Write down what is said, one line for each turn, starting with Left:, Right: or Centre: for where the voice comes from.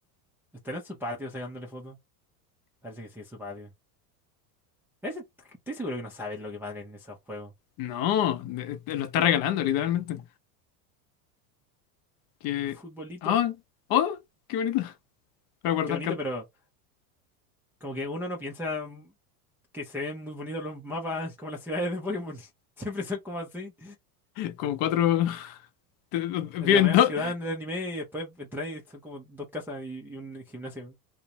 Centre: ¿Estará en su patio sacándole fotos? Parece que sí, es su patio. Ese- Estoy seguro que no saben lo que valen esos juegos.
Left: No, de- de- lo está regalando, literalmente. Que.
Centre: Futbolito.
Left: ¡Ah! ¡Oh! ¡Qué bonito! Para guardar
Centre: Qué bonito,
Left: cartas.
Centre: pero como que uno no piensa que se ven muy bonitos los mapas como las ciudades de Pokémon. <laughs> Siempre son como así.
Left: Como cuatro. <laughs> Viven
Centre: en la media
Left: dos.
Centre: ciudad en el anime y después entráis y son como dos casas y, y un gimnasio.